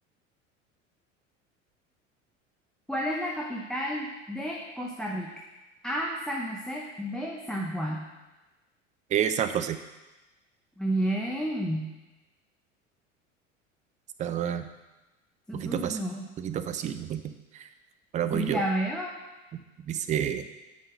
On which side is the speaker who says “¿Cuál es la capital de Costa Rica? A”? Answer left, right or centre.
Centre